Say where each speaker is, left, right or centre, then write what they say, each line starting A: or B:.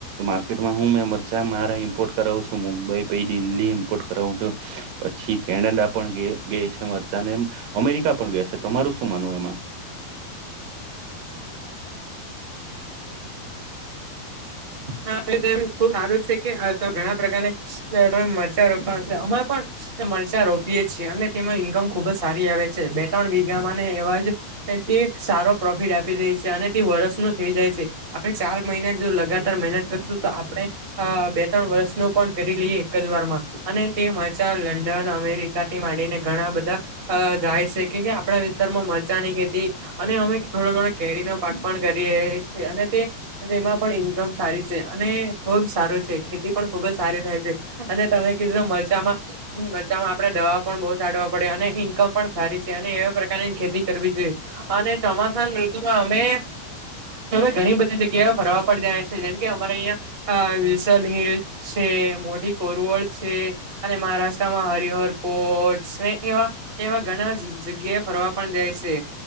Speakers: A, on the right (about 80°); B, on the right (about 60°).
A: માર્કેટમાં હું મે મરચા મારા ઇમ્પોર્ટ કરાવું છું મુંબઈ પ દિલ્હી ઇમ્પોર્ટ કરાવું છું પછી કેનેડા પણ ગય છે મરચાંને એમ અમેરિકા પણ ગયા છે, તમારું શું માનવું એમાં?
B: હા આપડે ખુબ સારું છે કે ઘણા પ્રકાર મચ્ચારો પણ અમાં પણ મરચા રોપીયે જીએ અને તેમાં ઈન્કમ ખુબ જ સારી આવે છે બે ત્રણ વીઘા માંને એવાજ તે સારો પ્રોફિટ આપી દે છે અને તે વરસનું થઈ જાય છે. આપે ચાર મહિના જો લગા તાર મહેનત કરશું તો આપણે અ બે ત્રણ વર્ષ નું પણ કરી લઈએ એક જ વાર માં. અને તે મજા લંડન, અમેરિકાથી માંડીને ઘણા બધા અ જાય છે કે કે આપણા વિસ્તારમાં મરચાંની ખેતી અને અમે થોડો ઘણો કેરીનો પાક પણ કરીએ છીએ અને તે તેમાં પણ ઇન્કમ સારી છે અને ખુબજ સારું છે ખેતી પણ ખુબ જ સારી થાય છે અને તમે કીધું મરચામાં હમ્મ બચામાં આપડે દવા પણ બહુ છાવા પડે અને ઈન્કમ પણ સારી છે અને એવા પ્રકારની ખેતી કરવી જોઈએ અને ચોમાસા ઋતુમાં અમે અમે ઘણી બધી જગ્યાએ ફરવા પડ જાય છે જેમ કે અમારે અહીંયા આ વિલસલ હિલ છે, મોટી કોરવડ છે અને મહારાષ્ટ્રમાં હરિહર પોર્ટસ ને એવા એવા ઘણા જગ્યાએ ફરવા પણ જાય છે.